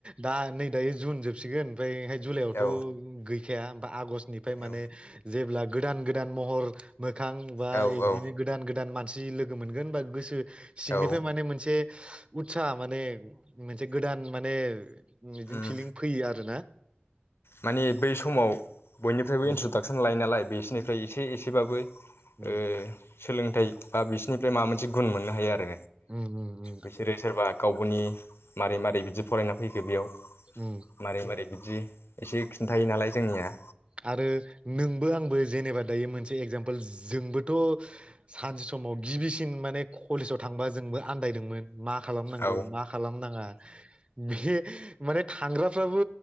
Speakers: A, on the right; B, on the left.
A: दा नै दायो जुन जोबसिगोन ओमफ्रायाय जुलाइआवथ'
B: औ
A: गै सोया बा आगष्ट निफ्राय माने
B: औ
A: जेब्ला गोदान गोदान महर मोखां बा
B: औ
A: इदिनो
B: औ
A: गोदान गोदान मान सि लोगो मोनगोन बा गोसो सिंनिफ्राय
B: औ
A: माने मोनसे उथसा माने मोनसे गोदान माने बिदिनो
B: उम
A: फिलिं फैयो आरो ना
B: माने बै समाव बयनिफ्रायबो
A: उम
B: इन्ट्रदाक्सन लायो नालाय बिसोरनिफ्राय एसे एसेबाबो
A: उम
B: ओ सोलोंथाइ बा बिसोरनिफ्राय माबा मोनसे गुन मोननो हायो आरो
A: उम उम उम
B: बिसोरो सोरबा गावबनि मारै मारै बिदि फरायना फैखो बेयाव?
A: उम
B: मारै मारै दे एसे खिन्थायो नालाय जोंनिया
A: आरो नोंबो आंबो जेनेबा दायो मोनसे एगजामपोल जोंबोथ' सानसे समाव गिबिसिन माने कलेजाव थांबा जोंबो आन्दायदोंमोन। मा खालामनांगौ
B: औ
A: मा खालामनाङा बे माने थांग्राफ्राबो